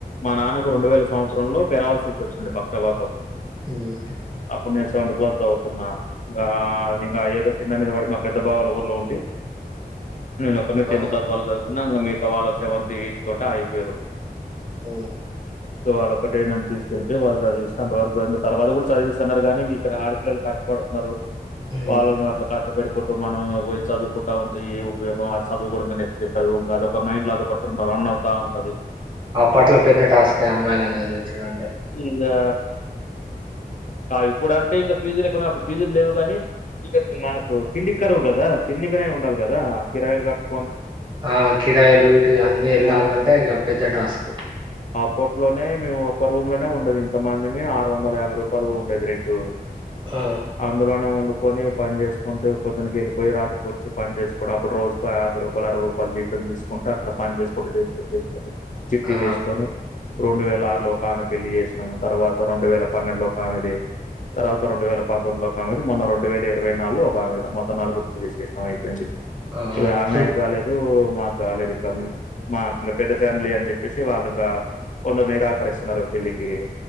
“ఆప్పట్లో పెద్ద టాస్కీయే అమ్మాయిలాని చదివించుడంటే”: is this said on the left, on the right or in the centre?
Right